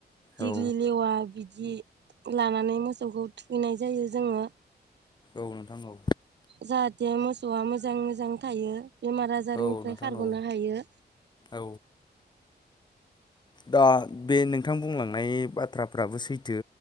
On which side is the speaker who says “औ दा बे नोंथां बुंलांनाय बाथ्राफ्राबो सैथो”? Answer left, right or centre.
Left